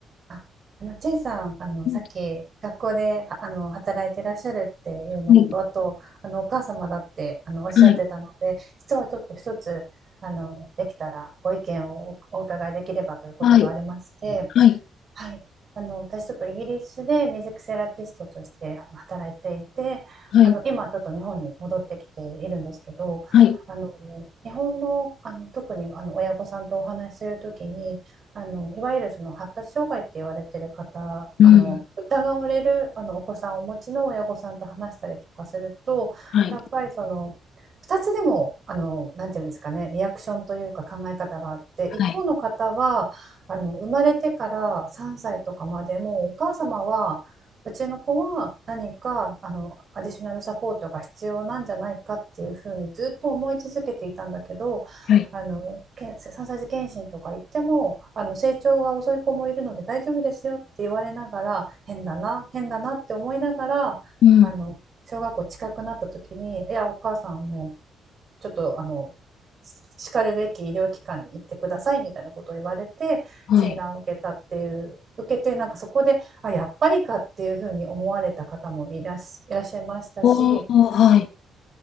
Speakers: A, on the right; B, on the left.
A: ああの、チェイさん、あの、さっき学校で、
B: う
A: ああの、働いていらっしゃるっていうのと、
B: ん、
A: あと、あの、お母様だって、あの、おっしゃってたので、
B: はい、
A: 実はちょっと一つ、あの、できたらご意見をおお伺いできればということがありまして、
B: はい、はい、
A: はい、あの私ちょっとイギリスでミュージックセラピストとしてあの働いていてあの今ちょっと日本に戻ってきているんですけどあの
B: はい、はい、はい、
A: 日本の、あの特にあの親御さんとお話しするときにあのいわゆるその発達障害って言われてる方あの疑われるあのお子さんをお持ちの親御さんと話したりとかするとやっぱりその2つでもあのなんていうんですかねリアクションというか考え方があって一方の方はあの生まれてから3歳とかまでもお母様はうちの子は何かあのアディショナルサポートが必要なんじゃないかっていうふうにずっと思い続けていたんだけどあのけん3歳児検診とか行ってもあの成長が遅い子もいるので大丈夫ですよって言われながら変だな変だなって思いながらあの小学校近くなった時にいやお母さんの
B: うん、はい、はい、はい、うん、
A: ちょっとあのしかるべき医療機関に行ってくださいみたいなことを言われて診断を受けたっていう受けてなんかそこであやっぱりかっていうふうに思われた方もいらしいらっしゃいましたし
B: はい。おー、はい。